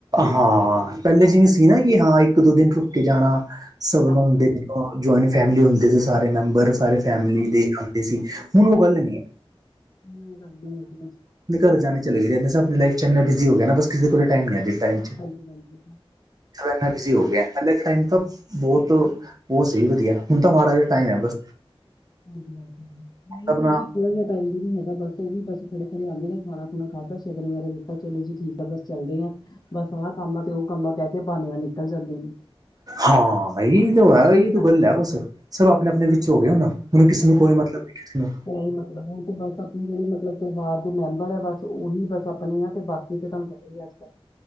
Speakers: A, on the right (about 40°); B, on the left (about 45°).
A: ਹਾਂ। ਪਹਿਲੇ ਜਿਵੇਂ ਸੀ ਨਾ, ਕਿ ਹਾਂ ਇੱਕ-ਦੋ ਦਿਨ ਰੁਕਕੇ ਜਾਣਾ ਸਭ
B: ਹਾਂਜੀ-ਹਾਂਜੀ,
A: ਨੁੰ ਹੁੰਦੀ, ਅ ਜੁਆਇੰਟ ਫੈਮਿਲੀ ਹੁੰਦੀ ਸਾਰੇ ਮੈਂਬਰ, ਸਾਰੇ ਫੈਮਲੀ
B: ਹਾਂਜੀ,
A: ਦੇ ਆਉਂਦੇ ਸੀ, ਹੁਣ ਉਹ ਗੱਲ ਨਹੀਂ ਹੈ।
B: ਹ ਗ <unintelligible>
A: ਆਪਣੇ ਘਰ ਜਾਣੇ ਚਲੇ ਗਏਦੇੇ, ਆਪਣੀ ਲਾਈਫ'ਚ ਇੰਨਾ ਬਿਜੀ ਹੋਗੇ ਨਾ, ਬਸ ਕਿਸੇ ਕੋਲ ਟਾਈਮ ਨਹੀਂ ਆ, ਅੱਜ ਦੇ ਟਾਈਮ। ਚ
B: ਹਾਂਜੀ-ਹਾਂਜੀ।
A: ਸਭ ਇੰਨਾ ਬਿਜ਼ੀ ਹੋ ਗਿਆ ਪਹਿਲੇ ਦੇ ਟਾਈਮ ਤਾਂ ਬਹੁਤ, ਬਹੁਤ ਸਹੀ ਵਧੀਆ, ਹੁਣ ਤਾਂ ਮਾੜਾ
B: ਹਾਂਜੀ-ਹਾਂਜੀ
A: ਜਿਹਾ ਟਾਈਮ ਹੈ ਬਸ
B: ਹਾਂਜੀ-ਹਾਂਜੀ,
A: ਆਪਣਾ
B: ਨਹੀਂ ਵੀ ਥੋੜਾ ਜਿਹਾ ਟਾਈਮ ਨੀ ਹੈਗਾ, ਬਸ ਉਹ ਵੀ ਬੱਸ ਖੜੇ-ਖੜੇ ਆਂਦੇ ਨੇ, ਖਾਣਾ-ਖੁਣਾ ਖਾਕਰ ਕ ਨ ਮੇਰਾ ਦਿੱਤਾ ਚਲੋ ਜੀ ਠੀਕ ਆ, ਬਸ ਚੱਲਦੇ ਆ, ਬਸ ਆਹ ਕੰਮ ਆ, ਤੇ ਉਹ ਕੰਮ‌ਦਾ ਕਹਿਕੇ, ਬਹਾਨੇ ਨਾਲ ਨਿਕਲ ਜਾਂਦੇ ਨੇ।
A: ਹਾਂ, ਇਹੀ ਤੇ ਹੈਗਾ ਈ। ਏਹੀ ਤੋ
B: ਹਾਂਜੀ,
A: ਗੱਲ ਹੈ ਬਸ, ਸਭ ਆਪਣੇ-ਆਪਣੇ
B: ਹਾਂਜੀ-ਹਾਂਜੀ,
A: ਵਿੱਚ ਹੋ ਗਏ ਹੁਨ, ਹੁਨ ਕਿਸੇ ਨੂੰ ਕੋਈ ਮਤਲਬ ਨੀ, ਕਿਸੇ ਨੂੰ
B: ਹੀ ਮਤਲਬ ਹੈ, ਤੇ ਬਸ ਆਪਣੇ ਜਿਹੜੇ ਮਤਲਬ ਪਰਿਵਾਰ ਦੇ ਮੈਂਬਰ ਆ ਬਸ, ਉਹੀ ਬਸ ਆਪਣੇ ਆ ਤੇ ਬਾਕੀ ਤੁਹਾਨੂੰ ਪਤਾ ਹੀ ਅੱਜ-ਕੱਲ,